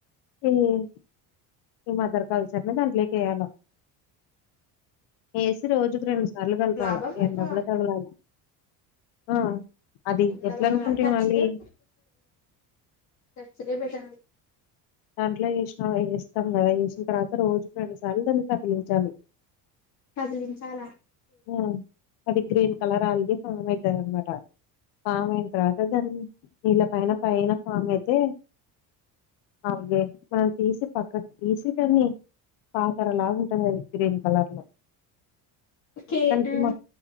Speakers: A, on the left; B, on the left.
A: హ్మ్మ్ ఈ మదర్కల్చర్ నీ దాంట్లోకి వెయ్యాలి ఏసీ రోజు రెండు సార్లు కలపాలా
B: లాభం
A: ఎన్న
B: లాభా
A: కూడా తగలాల ఆ అది
B: ఎ
A: ఎట్లా అనుకుంటివి
B: గచ్చలేస
A: మళ్ళీ
B: గచ్చలే పెట్ట
A: దాంట్లో చేసిన వస్తాం కలా వసిన తర్వాత రోజుకు రెండుసార్లు దాన్ని కదిలించాలి
B: కదిలించాలా
A: ఆ అది గ్రీన్ కలరా అండి. ఆ అయితయన్నమాట కా మేంత్ర అతజం నీళ్ళ పైన పైన ఫామ్ అయితే, ఆల్ గే మనం తీసి పక్కకు తీసి దాన్ని పాకరలాగ ఉంటుంది అది, గ్రీన్ కలర్ లో.
B: కే
A: తనకి
B: ఆ
A: మ